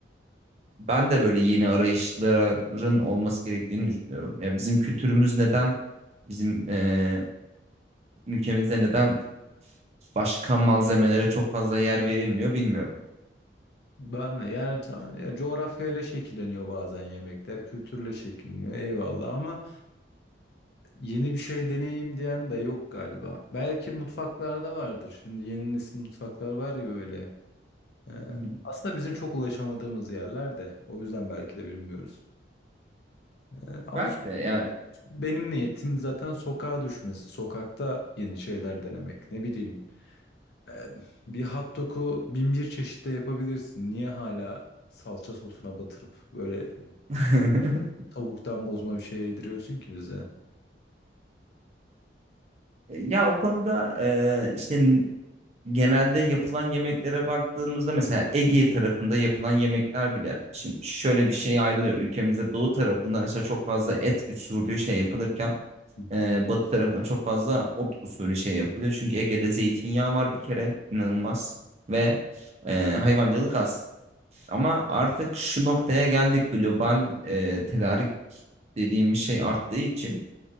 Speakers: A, on the right (about 35°); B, on the left (about 65°).
A: Ben de böyle yeni arayışların olması gerektiğini düşünüyorum. Ya bizim kültürümüz neden, bizim eee, ülkemizde neden başka malzemelere çok fazla yer verilmiyor bilmiyorum.
B: Ben de yani tamam ya coğrafyayla şekilleniyor bazen yemekler, kültürle şekilleniyor eyvallah ama yeni bir şey deneyeyim diyen de yok galiba. Belki mutfaklarda vardır. Şimdi yeni nesil mutfaklar var ya öyle. Ee,
A: Hı hı.
B: aslında bizim çok ulaşamadığımız yerlerde. o yüzden belki de bilmiyoruz. E, Ama
A: Belki
B: so-
A: de yani.
B: benim niyetim zaten sokağa düşmesi. Sokakta yeni şeyler denemek. Ne bileyim e, bir hot dog'u bin bir çeşitte yapabilirsin. Niye hala salça sosuna batırıp böyle e,
A: <laughs>
B: tavuktan bozma bir şey yediriyorsun ki bize? Hı
A: Ya o konuda e, işte n- genelde yapılan yemeklere baktığımızda mesela Ege tarafında yapılan yemekler bile şimdi şöyle bir şey ayrılıyor. Ülkemizde doğu tarafında mesela çok fazla et usulü şey yapılırken
B: hı.
A: Ee, batı tarafında çok fazla ot usulü şey yapılıyor. Çünkü Ege'de zeytinyağı var bir kere inanılmaz ve e, hayvancılık az. Ama artık şu noktaya geldik global e, tedarik dediğimiz şey arttığı için